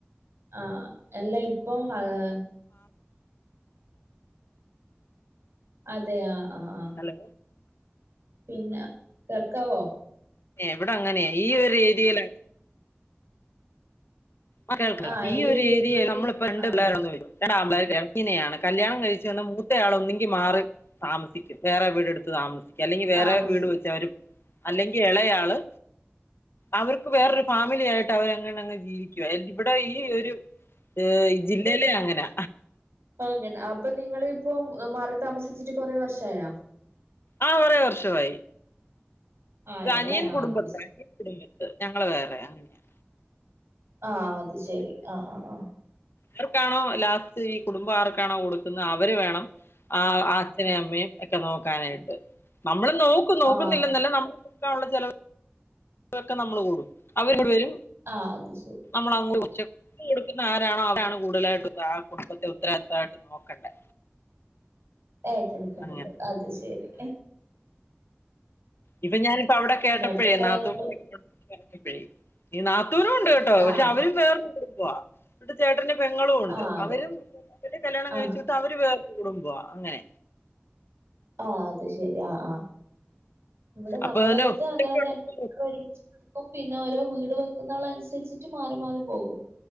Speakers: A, on the right; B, on the left.
A: ആ എല്ല ഇപ്പൊ <unintelligible> അതെയാ ആ ആ
B: ഹലോ
A: പിന്നെ കേൾക്കാവോ?
B: ഏ ഇവിടെ അങ്ങനെയാ ഈ ഒരു ഏരിയേല് ആ കേൾക്കാം
A: ആഹ്
B: ഈ ഒരു
A: ഏരിയയില്
B: ഏരിയ നമ്മളിപ്പോ രണ്ട്
A: ആഹ്
B: പിള്ളേരാന്ന് <unintelligible> <unintelligible> കല്യാണം കഴിച്ച് വന്ന മൂത്തയാള് ഒന്നെങ്കി മാറി താമസിക്കും വേറെ വീടെടുത്ത് താമസിക്കും. അല്ലെങ്കിൽ
A: താമസി
B: വേറെ വീട് വെച്ച് അവര് അല്ലെങ്കിൽ എളേയാള് അവർക്ക് വേറൊരു ഫാമിലി ആയിട്ട് അവരങ്ങനങ്ങ് ജീവിക്കും. <unintelligible> ഇവിടെ ഈ ഒരു ഏ ജില്ലയിലെ അങ്ങനാ
A: <unintelligible> അങ്ങനെ അപ്പൊ നിങ്ങള് ഇപ്പോ മാറി താമസിച്ചിട്ട് കൊറേ വർഷായ
B: ആ കുറേ വർഷമായി.
A: ആയല്ലേ
B: അനിയൻ
A: ആഹ്
B: കുടുംബത്തെ <unintelligible> ഞങ്ങള് വേറെയാ അങ്ങനെയാ
A: ആ അത് ശെരി ആ ആ ആ
B: അവർക്കാണോ ലാസ്റ്റ് ഈ കുടുംബ ആർക്കാണോ കൊടുക്കുന്നെ അവര് വേണം ആ അച്ഛനേും അമ്മയും ഒക്കെ നോക്കാനായിട്ട് നമ്മ നമ്മള് നോക്കും നോക്കുന്നില്ലെന്നല്ല
A: ആഹ്
B: <unintelligible> <unintelligible> ചെലവ് <unintelligible> നമ്മള് കൊടും അവർ ഇങ്ങട് വരും
A: ആ, അത് ശരി.
B: നമ്മള് <unintelligible> കൊടുക്കുന്ന ആരാണോ അവരാണ് കൂടുതലായിട്ടും ആ കുടുംബത്തിൽ ഉത്ര ഇതായിട്ട് നോക്കണ്ടേ
A: ഏറ്റെടുക്കണത്
B: അങ്ങനെ
A: അത് ശെരി.
B: ഇപ്പൊ ഞാനിപ്പോ അവിടെ കേട്ടപ്പോഴേ
A: പിന്നെ ഒറ്റക്കായതുകൊണ്ട്
B: നാത്തൂന്റെ <unintelligible> ഈ നാ ദൂരമുണ്ട് കേട്ടോ പക്ഷെ
A: ആഹ്
B: അവരും ചേർ <unintelligible> എന്ന്ട്ട് ചേട്ടന്റെ പെങ്ങളും ഉണ്ട്
A: ആഹ് അത്
B: അവരും കല്യാണം
A: ആഹ്
B: കഴിച്ചിട്ട് അവര് വേ കൂടുമ്പോ അങ്ങനെ
A: ആ അത് ശെരി ആ ആ ഇവിടെ നമ്മളടുത്ത്
B: അപ്പൊ തന്നെ ഫുഡൊക്കെ
A: അങ്ങനെ തന്ന
B: ഉണ്ടാക്കുന്ന
A: ഒരുമിച്ചച്ച് പിന്നെ ഓരോ വീട് വെക്കുന്ന ആൾ അനുസരിച്ചിട്ട് മാറി മാറി പോകും